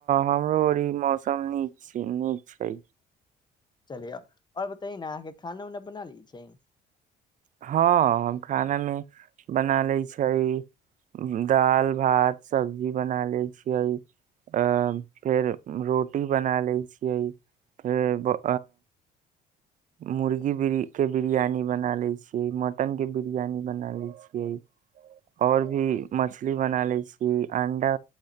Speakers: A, on the right; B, on the left.
A: हमरो अ ई मौसम नीक छै नीक छै
B: चलिय आओर बताै न अहाँके खाना उना बना ली छै
A: हँ हम खानामे बना लै छै दाल भात सब्जी बना लै छियै फेर रोटी बना लै छियै फेर मुर्गी के बिरियानी बना लै छियै मटन के बिरियानी बनालै छियै और भी मछली बनालै छियै अंडा